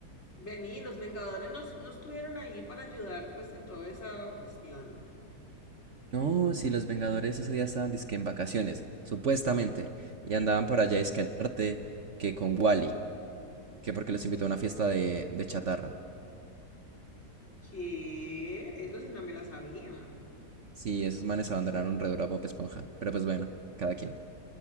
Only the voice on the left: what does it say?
Vení, los Vengadores nos, no estuvieron ahí para ayudar pues en toda esa cuestión.
¿Qué? Eso sí no me la sabía.